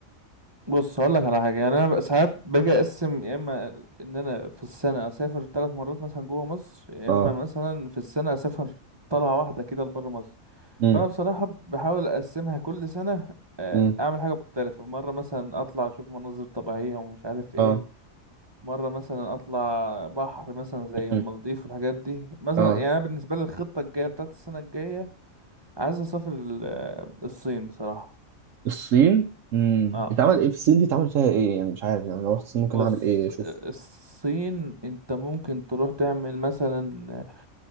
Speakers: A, on the right (about 20°); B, on the right (about 75°).
A: بص هقول لك على حاجه يعني انا بقى ساعات باجي اقسم يا اما ان انا في السنه اسافر ثلاث مرات مثلا جوه مصر يا
B: اه
A: اما مثلا في السنه اسافر طلعه واحده كده لبره مصر
B: امم
A: فانا بصراحه بحاول اقسمها كل سنه آه،
B: امم
A: اعمل حاجه مختلفه مره مثلا اطلع اشوف مناظر طبيعيه ومش عارف ايه
B: اه
A: مره مثلا اطلع بحر مثلا زي
B: مم.
A: المالديف والحاجات دي مثلا
B: اه
A: يعني انا بالنسبه لي الخطه الجايه بتاعت السنه الجايه عايز اسافر ال- آه، الصين بصراحه
B: الصين امم
A: اه
B: اتعمل ايه في الصين دي اتعمل فيها ايه يعني مش عارف يعني لو رحت الصين ممكن
A: بص
B: اعمل ايه اشوف
A: الصين انت ممكن تروح تعمل مثلا